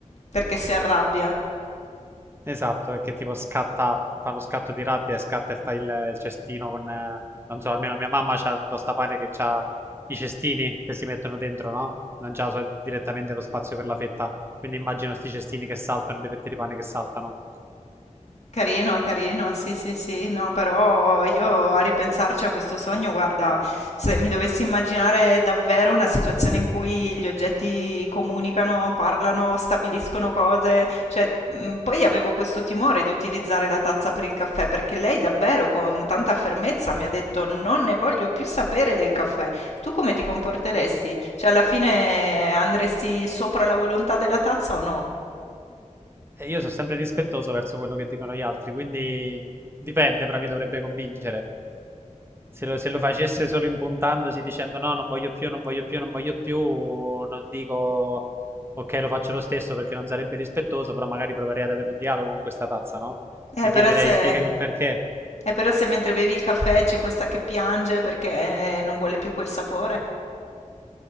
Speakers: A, on the left; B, on the right.
A: perché si arrabbia.
B: Esatto, e che tipo scatta, fa lo scatto di rabbia e scatta il, ta- il- il cestino con... eh, non so, almeno mia mamma c'ha un tostapane che ha i cestini che si mettono dentro, no? Non c'ha so- direttamente lo spazio per la fetta. Quindi immagino sti cestini che saltano, e le fette di pane che saltano.
A: Carino, carino, sì, sì, sì, no, però io a ripensarci a questo sogno, guarda, se mi dovessi immaginare davvero una situazione in cui gli oggetti comunicano, parlano, stabiliscono cose, cioè, mh, poi avevo questo timore di utilizzare la tazza per il caffè, perché lei davvero con tanta fermezza mi ha detto non ne voglio più sapere del caffè. Tu come ti comporteresti? Cioè, alla fine andresti sopra la volontà della tazza o no?
B: E io sono sempre rispettoso verso quello che dicono gli altri, quindi dipende, però mi dovrebbe convincere. Se lo, se lo facesse solo impuntandosi dicendo no, non voglio più, non voglio più, non voglio più, non dico ok, lo faccio lo stesso perché non sarebbe rispettoso, però magari proverei ad avere un dialogo con questa tazza, no?
A: Eh,
B: Gli
A: però
B: chiederei
A: se...
B: spiegami il perché.
A: eh, però se mentre bevi il caffè c'è questa che piange perché eh, non vuole più quel sapore.